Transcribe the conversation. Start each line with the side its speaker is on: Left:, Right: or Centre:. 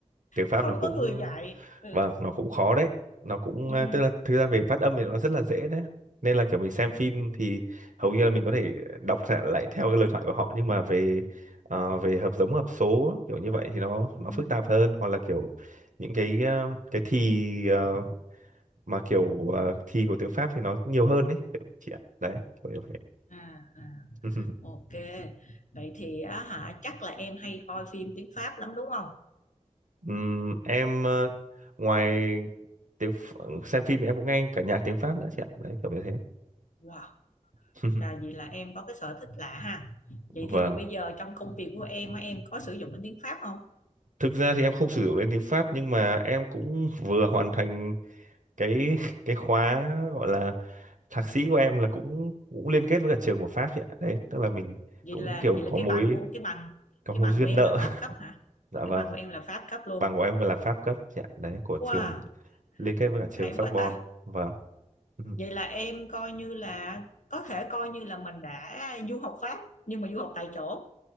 Right: tiếng Pháp
Left: không
Right: nó cũng
Left: có người dạy ừ.
Right: vâng nó cũng khó đấy nó cũng
Left: Ừ.
Right: à, tức là thực ra về phát âm thì nó rất là dễ đấy nên là kiểu mình xem phim thì hầu như là mình có thể đọc thạ- lại theo cái lời thoại của họ nhưng mà về à, về hợp giống hợp số kiểu như vậy thì nó nó
Left: Ừ.
Right: phức tạp hơn hoặc là kiểu những cái à, cái thì à, mà kiểu à, thì của tiếng Pháp thì nó nhiều hơn đấy kiểu chị ạ đấy kiểu như vậy
Left: À, à.
Right: <laughs>
Left: Ok, vậy thì á hả chắc là em hay coi phim tiếng Pháp lắm đúng không?
Right: Ừm, em à, ngoài tiếng Ph- xem phim thì em cũng nghe cả nhạc tiếng Pháp nữa chị ạ đấy kiểu như thế
Left: Wow,
Right: <laughs>
Left: là vì là em có cái sở thích lạ ha. Vậy
Right: vâng
Left: thì bây giờ trong công việc của em á, em có sử dụng đến tiếng Pháp không?
Right: thực ra thì em không sử dụng đến tiếng Pháp nhưng mà em cũng vừa hoàn thành cái <laughs> cái khóa gọi là thạc sĩ của em là cũng cũng liên kết với cả trường của Pháp chị ạ đấy tức là mình
Left: Vậy
Right: cũng
Left: là
Right: kiểu
Left: vậy
Right: có
Left: là cái
Right: mối
Left: bằng của cái bằng
Right: có
Left: cái
Right: mối
Left: bằng
Right: duyên
Left: của em
Right: nợ
Left: là Pháp
Right: <laughs>
Left: cấp hả?
Right: dạ
Left: Cái
Right: vâng
Left: bằng của em là Pháp cấp luôn.
Right: bằng của em là Pháp cấp chị ạ đấy của
Left: Wow,
Right: trường liên kết với cả trường
Left: hay
Right: Sorbonne
Left: quá ta.
Right: vâng <laughs> Ừ.
Left: Vậy là em coi như là có thể coi như là mình đã du học Pháp nhưng mà du học tại chỗ.